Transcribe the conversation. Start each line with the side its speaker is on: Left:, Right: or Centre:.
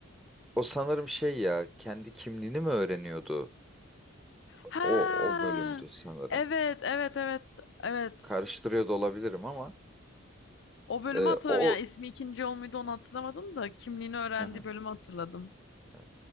Centre: O sanırım şey ya kendi kimliğini mi öğreniyordu?
Left: Ha,
Centre: O o bölümdü sanırım.
Left: evet, evet, evet, evet.
Centre: Karıştırıyor da olabilirim ama.
Left: O bölümü
Centre: Ee,
Left: hatırlamıyorum.
Centre: o
Left: Yani ismi ikinci yol muydu onu hatırlamadım da kimliğini öğrendiği
Centre: Hı hı.
Left: bölümü hatırladım.
Centre: Evet.